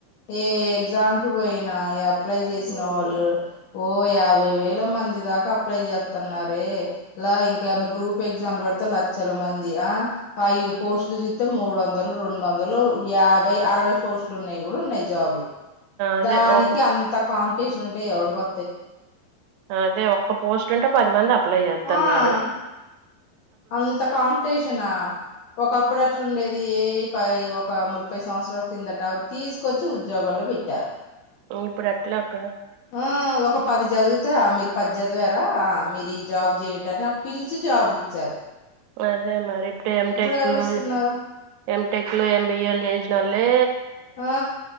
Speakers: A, on the left; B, on the right.
A: ఏ ఎగ్జామ్కి పోయినా ఎప్ అప్లై చేసిన
B: ఉమ్.
A: వాళ్ళు ఒ ఓ యాభై వేల మంది దాకా అప్లై చేస్తన్నారే ఇలా ఇంకేమన్న గ్రూప్ ఎగ్జామ్లు పడితే లక్షల మందీ ఆ పైయి పోస్ట్లు చూస్ మూడు వందలు రెండు వందలూ యాభై అరవై పోస్టులు ఉన్నయి కూడా ఉన్నయి జాబ్లు
B: అదే
A: దానికి
B: ఒక
A: అంత కాం టీషన్ ఉంటే ఏవడు కొ
B: అదే ఒక్క పోస్ట్ ఉంటే పది మంది అప్ అప్లై చేత్తన్నారు
A: ఆ అంత కాంపిటీషనా ఒకప్పుడు అట్లుండేది ఏ పై ఒక ము ముప్పై సంవత్సరాల కిందట అ తీసుకొచ్చి ఉద్యోగాల్లో పెట్టారు
B: ఇప్పుడు ఎట్లా అక్కడ
A: ఆ ఒక పది చదివితే ఆ మీరు పది చదివారా ఆ మీరు ఈ జాబ్ చేయట అని ఆ పిలిచి జాబ్లు ఇచ్చారు
B: అదే మరి టె ఎంటెక్లో
A: ఇప్పుడు ఎవరు ఇస్తున్నారు
B: ఎంటెక్లో ఎం బి యల్ చేసినొల్లె
A: ఆ